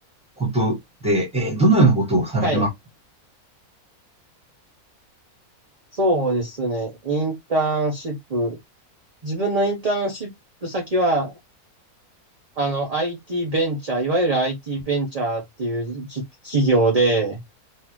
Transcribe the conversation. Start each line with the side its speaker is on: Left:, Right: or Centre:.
Centre: ことで、えー、どのようなことをされてます
Right: はい。そうですね。インターンシップ。自分のインターンシップ先は、あの、IT ベンチャー、いわゆる IT ベンチャーっていうき企業で、